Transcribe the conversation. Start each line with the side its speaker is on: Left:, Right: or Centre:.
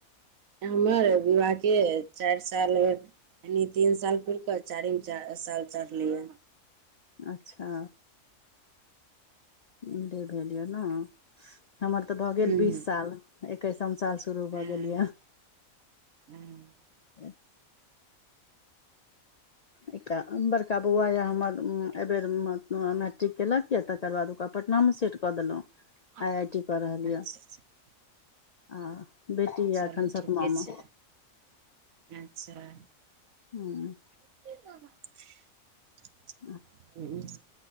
Right: हमर विवाहके चारि साल भऽ ई तीन साल पूरा कऽ के चारिम साल चढ़लियै
Left: अच्छा इमरे भेल यऽ ने हमर तऽ भऽ गेल
Right: हूँ
Left: बीस
Right: हूँ
Left: साल, एकैसम साल चलि रहल
Right: हँ
Left: अछि जुनून भ गेल
Right: हँ
Left: य एकटा बड़का बौआ यऽ, हमर ए बेर मैट्रिक केलक, तकर बाद ओकर पटना मे सेट कऽ देलहुँ
Right: <inaudible>
Left: आईआईटी कऽ रहल यऽ,
Right: अच्छा अच्छा
Left: आ बेटी यऽ
Right: चलू
Left: एखन
Right: ठीके
Left: सातमामे
Right: छै अच्छा
Left: हूँ
Right: <inaudible>
Left: अह
Right: हँ